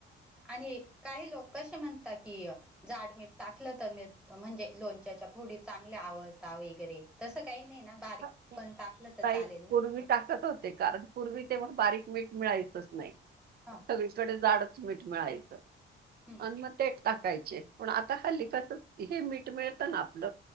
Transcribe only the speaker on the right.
काही
पूर्वी टाकत होते कारण पूर्वी तेव्हा बारीक मीठ मिळायचंच नाही,
सगळीकडे जाडच मीठ मिळायचं.
अन म ते टाकायचे पण आता हल्ली
कस हे मीठ मिळत ना. आपल